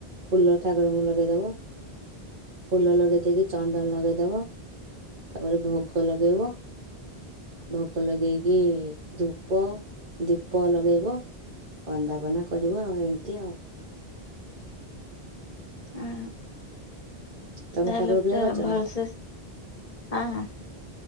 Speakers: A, on the right; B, on the left.
A: ଫୁଲ ଠାକୁରଙ୍କୁ ଲଗେଇଦବ। ଫୁଲ ଲଗେଇ ଦେଇକି ଚନ୍ଦନ୍ ଲଗେଇଦବ ତାପରେ ଭୋଗ ଲଗେଇବ। ଭୋଗ ଲଗେଇକି ଧୂପ ଦୀପ ଲଗେଇବ। ବନ୍ଦାପନା କରିବ ଆଉ ଏମ୍ତି ଆଉ।
B: ହୁଁ
A: ତମେ
B: ଯା ହେଲେ
A: ଠାକୁର
B: ପୁରା
A: ପୂଜା କରିଛ
B: ଭଲ୍
A: ନା
B: ସେ ହଁ ହ।